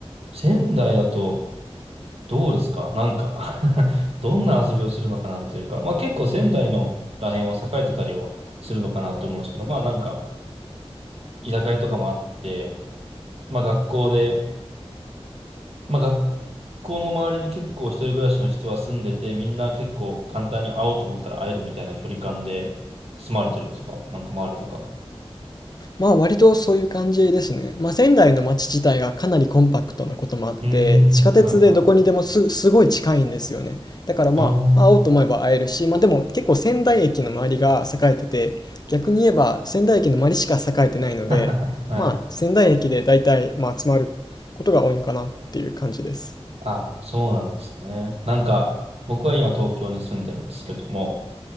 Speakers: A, on the right (about 70°); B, on the left (about 40°).
A: 仙台だと、どうですかなんか <laughs> どんな遊びをするのかなっていうか、まあ結構仙台のら辺は栄えてたりはするのかなと思うんですけど、まあなんか、居酒屋とかもあって、まあ学校で、まあ学校の周りに結構一人暮らしの人は住んでて、みんな結構簡単に会おうと思ったら会えるみたいな距離感で住まれてるんですかなんか周りとか。
B: まあ割とそういう感じですね。まあ仙台の街自体がかなりコンパクトなこともあって、
A: うーん、
B: 地下鉄でどこにでもす、
A: はいはい。
B: すごい近いんですよね。だからまあ会おうと思えば会えるし、
A: おー。
B: まあでも結構仙台駅の周りが栄えてて、逆に言えば仙台駅の周りしか栄えてないので、
A: <laughs> はい。
B: まあ仙台駅で大体まあ集まることが多いのかなっていう感じです。
A: あ、そうなんですね。なんか、僕は今東京に住んでるんですけども、